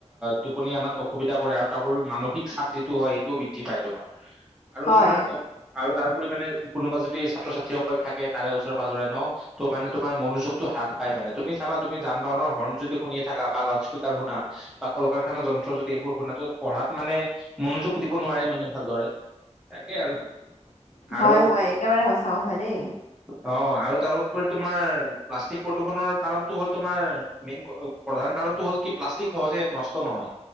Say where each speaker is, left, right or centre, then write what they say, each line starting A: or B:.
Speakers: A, in the centre; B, on the left (about 70°).
A: টোপনি অনাত অহু সুবিধা কৰে। আৰু তাৰো মানসিক চাপ যিটো হয় সেইটোও বৃদ্ধি পায় তোমাৰ আৰু
B: হয়
A: তোমাৰ আৰু তাৰ পৰিমাানে কোনোবা যদি ছাত্ৰ ছাত্ৰীসকল থাকে। তাৰে ওচৰে পাজৰে ন ত' মানে তোমাৰ মনোযোগতটো হ্ৰাস পায়। মানে তুমি চাবা তুমি যান বাহনৰ হৰ্ন যদি শুনি থাকা বা লাউড স্পীকাৰ শুনা বা কল কাৰখানা যন্ত্ৰ যদি এইবোৰ শুনাটো পঢ়াত মানে মনোযোগ দিব নোৱাৰে মানে ভালদৰে তাকেই আৰু
B: হয়,
A: আৰু
B: হয়। একেবাৰে সঁচা কথা দেই।
A: অ, আৰু তাৰপৰি তোমাৰ প্লাষ্টিক প্ৰদূষণৰ কাৰণতটো হ'ল তোমাৰ মেইন প্ৰধান কাৰণটো হ'ল কি প্লাষ্টিক সহজে নষ্ট নহয়